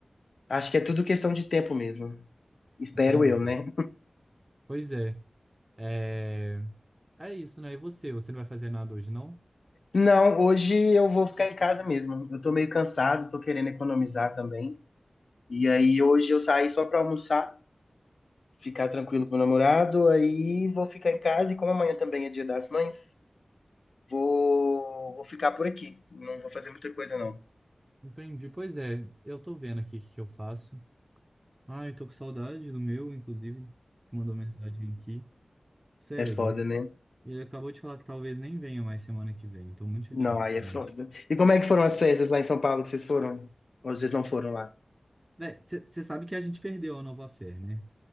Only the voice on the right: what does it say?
Entendi.
Pois é. É, é isso, né? E você? Você não vai fazer nada hoje, não?
Entendi. Pois é, eu tô vendo aqui o que que eu faço. Ai, tô com saudade do meu, inclusive, que mandou mensagem aqui. Sério.
E ele acabou de falar que talvez nem venha mais semana que vem. Tô muito chateado
com
isso.
Você sabe que a gente perdeu a Nova Fé, né?